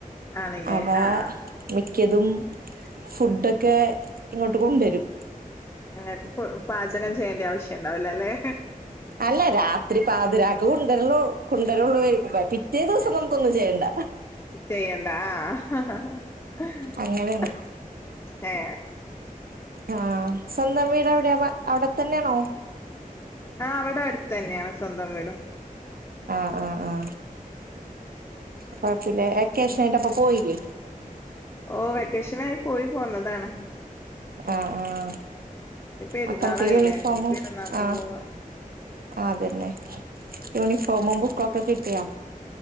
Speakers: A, on the left (about 20°); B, on the right (about 80°).
A: ആണ്ല്ലേ
B: അവാ
A: ആഹ്
B: മിക്കതും ഫുഡൊക്കെ ഇങ്ങോട്ട് കൊണ്ടുവരും
A: ങ്ങക്ക് പാചകം ചെയ്യേണ്ട ആവശ്യുണ്ടാവല ല്ലേ
B: അല്ല രാത്രി പാതിരാക്ക് കുണ്ടരലൂ കൊണ്ടരൊള്ളൂയ് പിറ്റേ ദിവസം നമുക്കൊന്നും ചെയ്യേണ്ട
A: ചെയ്യണ്ടാ ആഹ് ഹ
B: അങ്ങനെയാണ്
A: ഹ ഹഏ
B: ആഹ് സ്വന്തം വീട് എവിടെയാ അവിടെത്തന്നെണോ
A: ആ അവിടെ അടുത്ത് തന്നെയാണ് സ്വന്തം വീടും
B: ആഹ് ആഹ് ആഹ് കൊ ഴപ്പില്ല വെക്കേഷനൊക്കെയിട്ട് പോയില്ലേ
A: ഓ വെക്കേഷനായി പോയി പോന്നതാണ്
B: ആ ആഹ്
A: ഇനി പെരുന്നാളായില്ലേ
B: മക്കൾക്ക് യൂണിഫോമും
A: ഇനി പെരുന്നാൾക്ക്
B: ആ
A: പോവാ
B: ആ അതന്നെ യൂണിഫോമും ബുക്കൊക്കെ കിട്ടിയാ